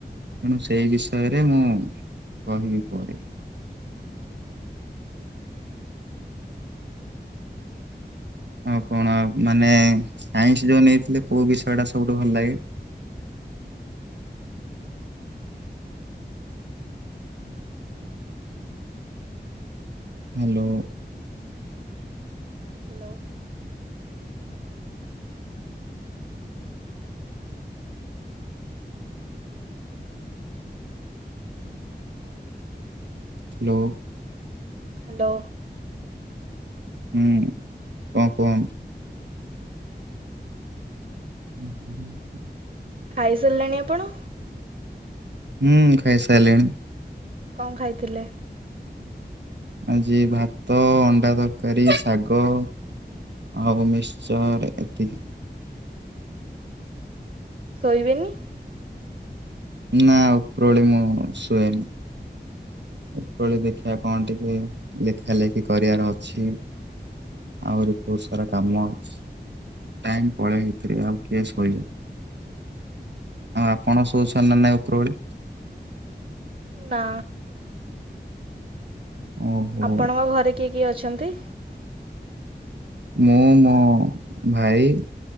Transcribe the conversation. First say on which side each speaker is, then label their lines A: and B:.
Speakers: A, on the right (about 80°); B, on the right (about 55°).
A: ତେଣୁ ସେଇ ବିଷୟରେ ମୁଁ କହିବି ପରେ। ଆଉ କଣ ମାନେ ସାଇନ୍ସ ଯୋଉ ନେଇଥିଲେ କୋଉ ବିଷୟ ଟା ସବୁଠୁ ଭଲ ଲାଗେ? ହ୍ୟାଲୋ।
B: ହ୍ୟାଲୋ।
A: ହ୍ୟାଲୋ।
B: ହ୍ୟାଲୋ।
A: ହୁମ୍ କଣ କୁହନ୍ତୁ? ହୁଁ <inaudible>
B: ଖାଇସାରିଲେଣି ଆପଣ?
A: ହୁଁ ଖାଇସାରଲିଣି।
B: କଣ ଖାଇଥିଲେ?
A: ଆଜି ଭାତ, ଅଣ୍ଡା ତରକାରୀ, ଶାଗ। ଆଉ ମିଶ୍ଚରଏତିକି।
B: ଶୋଇବେନି?
A: ନା ଓପରଓଳି ମୁଁ ଶୁଏନି। ଓପର ଓଳି ଦେଖିଆ କଣ ଟିକେ ଲେଖା ଲେଖି କରିବାର ଅଛି। ଆହୁରି ବହୁତ୍ ସାରା କାମ ଅଛି। ଟାଇମ୍ ପଳେଇ ଭିତରେ ଆଉ କିଏ ଶୋଇିବ? ଆଉ ଆପଣ ଶୋଉଛନ୍ତି ନା ନାଇଁ ଓପର ଓଳି?
B: ନା।
A: ଓହୋ
B: ଆପଣଙ୍କ ଘରେ କିଏ କିଏ ଅଛନ୍ତି?
A: ମୁଁ ମୋ ଭାଇ